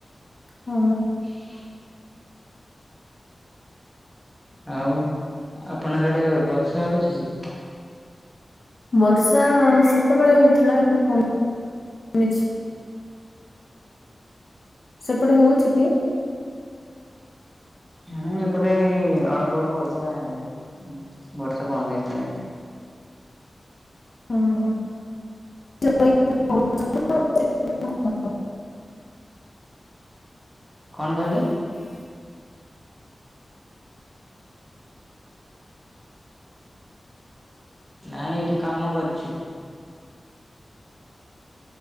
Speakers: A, on the left; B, in the centre.
A: ହ।
B: <inaudible> ଆଉ ଆପଣଙ୍କଡେ ବର୍ଷା ହଉଛି <unintelligible>
A: ବର୍ଷା ସେତେବେଳେ ହଉଥିଲା ଏବେ କମିଛି। ସେପଟେ ହୋଉଛି କି?
B: ହୁଁ ଏପଟେ ଏଇ ଅଳପ ଅଳପ ହଉଥିଲା ଆଉ। ଉଁ ବର୍ଷା ବନ୍ଦ ହେଲାଣି ଆଜି।
A: ଓହୋ। <inaudible>
B: କଣ କହିଲେ? ନାଇଁ ଏଠି କାମ କରୁଚି।